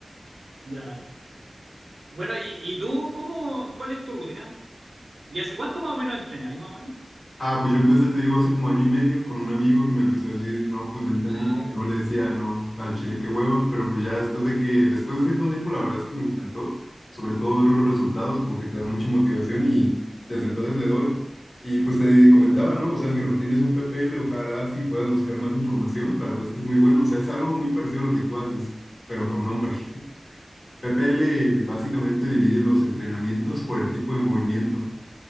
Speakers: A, on the right (about 85°); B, on the left (about 75°).
A: ya. Bueno, ¿y, y tú cómo, cuál es tu rutina? ¿Y hace cuánto más o menos entrenáis, más o menos?
B: Ah, pues yo empecé, te digo, hace como año y medio con un amigo que me empezó a decir, no, pues vente
A: Ah,
B: al gym.
A: ya.
B: Yo le decía, no, al chile qué hueva, pero pues ya después de que, después de cierto tiempo, la verdad es que me encantó, sobre todo ver los resultados, como que te da mucha motivación y desde entonces le doy. Y pues te comentaba, ¿no? O sea, mi rutina es un PPL, ojalá si puedas buscar más información, la verdad es que es muy bueno, o sea, es algo muy parecido a lo que tú haces, pero con nombre. <laughs> PPL
A: Sí.
B: básicamente divide los entrenamientos por el tipo de movimiento.